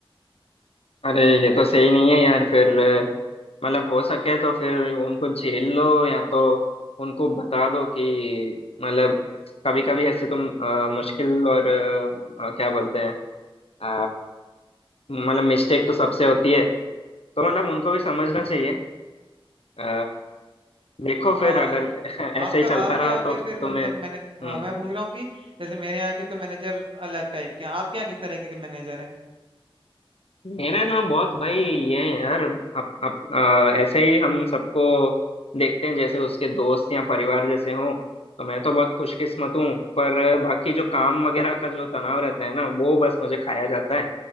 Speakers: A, on the left (about 85°); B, on the right (about 60°).
A: अरे ये तो सही नहीं है यार फिर मतलब हो सके तो फिर उनको झेल लो या तो उनको बता दो कि मतलब कभी कभी ऐसे तुम अ, मुश्किल और अ, क्या बोलते हैं अ, मतलब मिस्टेक तो सबसे होती है तो मतलब उनको भी समझना चाहिए अ, देखो फिर
B: हाँ
A: अगर
B: यार
A: <laughs>
B: आपका
A: ऐसे ही चलता
B: आपके
A: रहा
B: यहाँ
A: तो
B: पे
A: फिर
B: फिर
A: तुम्हें
B: मतलब मैंने हाँ
A: हम्म,
B: मैं पूछ रहा हूँ कि जैसे मेरे यहाँ के तो मैनेजर अलग टाइप के हैं आपके यहाँ किस तरह के मैनेजर हैं
A: मेरा नाम बहुत भाई ये है यार अप, अप, आ, ऐसे ही हम सबको देखते हैं जैसे उसके दोस्त या परिवार जैसे हों तो मैं तो बहुत खुशकिस्मत हूँ पर बाकी जो काम वगैरह का जो तनाव रहता है ना वो बस मुझे खाया जाता है